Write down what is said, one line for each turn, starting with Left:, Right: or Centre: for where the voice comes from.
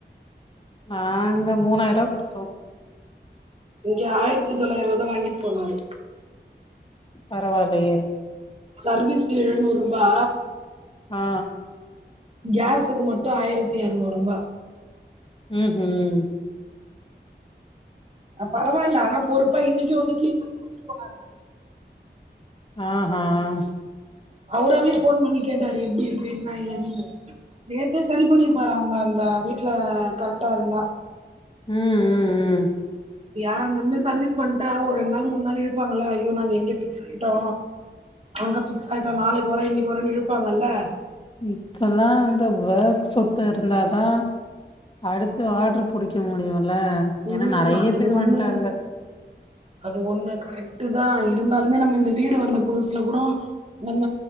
Left: நாங்க மூணாயிரூவா குடுத்தோ
Right: இங்க ஆய்ரத்தி தொள்ளாய்ரூவாதா வாங்கிட் போனாரு
Left: பரவால்லயே
Right: சர்வீஸ்க்கு எழுநூர்பா
Left: ஆ
Right: கேஸுக்கு மட்டு ஆயிரத்தி எரநூர்பா
Left: ம் ஹூம்
Right: அ பரவால்ல ஆனா பொறுப்பா இன்னைக்கு வந்து க்ளீன் பண்ணி குடுத்ட் போனாரு
Left: <inaudible>
Right: அவுராவே ஃபோன் பண்ணி கேட்டாரு எப்டிருக்கு என்னா ஏதுனு நேத்தே செரி பண்ணிருப்பாரு அவுங்க அந்த வீட்ல கரெக்டா இருந்தா
Left: ம் ம் ம் ம்
Right: யாராந்தாலுமே சர்வீஸ் பண்ட்டா ஒரு ரெண் நாள் மூணு நாள் இழுப்பாங்கல்ல ஐயோ நாங்க இங்க ஃபிக்ஸ் ஆயிட்டோ அங்க ஃபிக்ஸ் ஆயிட்டோ நாளைக்கு வரோ இன்னைக்கு வரோன் இழுப்பாங்கல்ல
Left: இப்பெல்லா இந்த வேர்க் சொத்து இருந்தாதா அடுத்து ஆட்ரு புடிக்க முடியுல
Right: ம்
Left: ஏனா நெறய
Right: அது
Left: பேர்
Right: ஒண்ணு
Left: வந்ட்டாங்க
Right: அது ஒன்னு கரெக்டு தா இருந்தாலுமே நம்ம இந்த வீடு வந்த புதுசுல கூடோ நம்ம